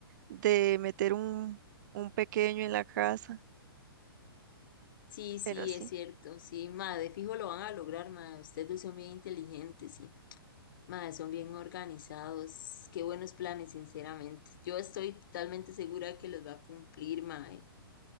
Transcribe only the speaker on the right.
de meter un, un pequeño en la casa.
Pero sí.